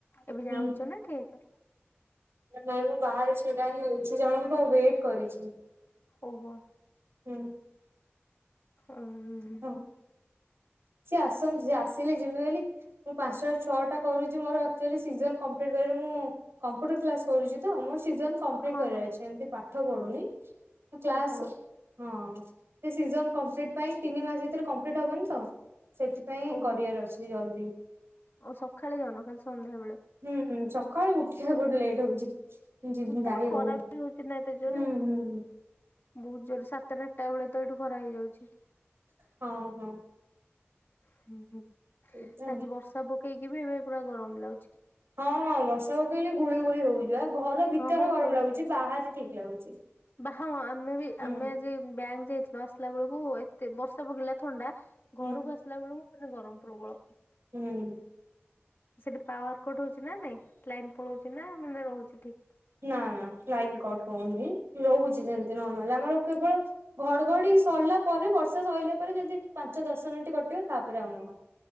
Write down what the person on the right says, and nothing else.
ହୁଁ।
ନାଇଁ ମୁଁ ବାହାରେ ଛିଡା ହିଁ ହେଇଚି। ଜଣଙ୍କୁ ୱେଟ କରିଛି।
ହୁଁ
ହଁ ସିଏ ଆସନ୍ତୁ ସିଏ ଆସିଲେ ଯିବି ବୋଲି ମୁଁ ପାଞ୍ଚଟା ରୁ ଛଅଟା କରୁଚି ମୋର ଆକଚୁଆଲି ସିଜନ କମ୍ପଲିଟ କରି ମୁଁ କମ୍ପ୍ୟୁଟର କ୍ଲାସ କରୁଚି ତ ମୋର ସିଜନ କମପ୍ଲିଟ
କରିବାର
ଅଛି। ଏମତି ପାଠ ପାଠ ପଢ଼ୁନି ମୁଁ କ୍ଲାସ୍
ହଁ ସିଜନ୍ କମ୍ପ୍ଲିଟ ପାଇଁ ତିନି ମାସ ଭିତରେ କମ୍ପ୍ଲିଟ ହବନି ତ ସେଥିପାଇଁ
କରିବାର ଅଛି ଜଲଦି।
ହୁଁ ହୁଁ ସକାଳୁ ଉଠିବାକୁ ଲେଟ୍ ହଉଚି। ଯିବି
ଯାଇ
ହଉନି
ହୁଁ ହୁଁ ହୁଁ।
ହଁ ହଁ।
ସେଇଟା
ହଁ ହଁ ବର୍ଷା ପକେଇଲେ ଗୁଳି ଗୁଳି ହଉଛି ଆ ଘର ଭିତରେ
ଗରମ
ଲାଗୁଛି ବାହାରେ ଠିକ ଲାଗୁଛି।
ହୁଁ
ହୁଁ
ହୁଁ।
ନା ନା ଲାଇନ୍ କଟ ହଉନି ରହୁଛି ସେମତି ନର୍ମାଲ ଆମର କେବଳ ଘଡ଼ଘଡ଼ି ସରିଲା ପରେ ବର୍ଷା ସଇଲା ପରେ ଯଦି ପାଞ୍ଚ ଦଶ ମିନିଟ୍ କଟିବ ତାପରେ ଆଉ ନୁହଁ।